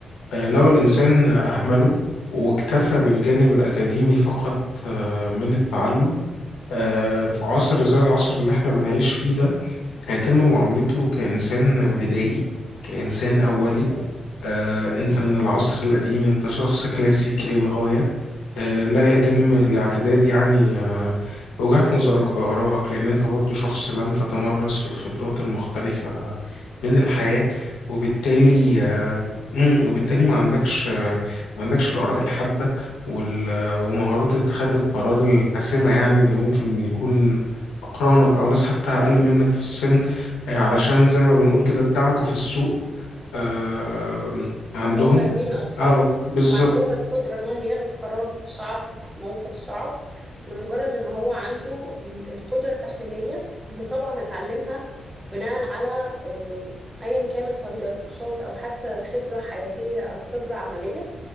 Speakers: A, on the left; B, on the right.
A: آه، لو الإنسان أهمله واكتفى بالجانب الأكاديمي فقط آه، من التعلم آه، في
B: مهم.
A: عصر زي العصر اللي احنا بنعيش فيه ده هيتم معاملته كإنسان بدائي كإنسان أولي
B: مفهوم
A: آه، انت
B: مهم.
A: من العصر القديم انت شخص كلاسيكي للغاية آه، لا يتم الاعتداد يعني آه، بوجهة نظرك بآرائك لأن أنت برضو شخص لم تتمرس في الخبرات المختلفة من الحياة وبالتالي
B: مفهوم
A: آه، مم، وبالتالي ما عندكش آه، ما عندكش الآراء الحادة وال- آه، ومهارات اتخاذ القرار الحاسمة يعني اللي ممكن يكون أقرانك أو ناس حتى أقل منك في السن آه، علشان زي ما بنقول كده ادعكوا في السوق آه، عندهم
B: بقوا فاهمين أكتر
A: اه بالظبط
B: وعندهم القدرة إنهم ياخدوا قرار صعب في موقف صعب لمجرد إن هو عنده ال- القدرة التحليلية اللي طبعا اتعلمها بناء على آه، أيا كانت طريقة كورسات أو حتى خبرة حياتية أو خبرة عملية